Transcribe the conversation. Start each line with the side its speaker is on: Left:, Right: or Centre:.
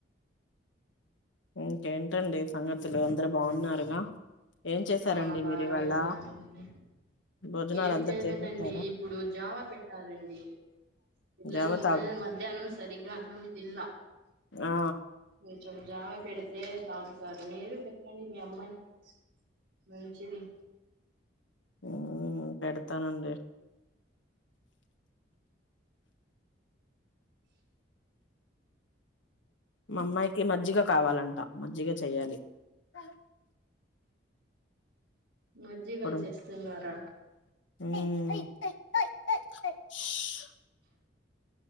Left: ఇంకేంటండి సంగతులు అందరు బాగున్నారుగా ఏం చేసారండి
Right: ఆ బాగానే
Left: మీరు ఇవాళ
Right: ఉన్నారండి
Left: భోజనాలు
Right: ఏం
Left: అందరు
Right: చేయలేదండి
Left: చేసేసారా
Right: ఇప్పుడు జావ పెట్టాలండి ఇల్లన్
Left: జావ తాగు
Right: మధ్యానం స్ సరిగ్గా అగ్నం ఇల్ల
Left: ఆ
Right: కొంచం జావ పెడితే ఏ తాగు సరే మీరూ పెట్టండి మీ అమ్మాయికి మంచిది
Left: మ్మ్ పెడతానండి మా అమ్మాయికి మజ్జిగ కావాలంట మజ్జిగ చెయ్యాలి సలు
Right: మజ్జిగ
Left: ఇప్పుడు
Right: చేస్తున్నారా
Left: మ్మ్ ష్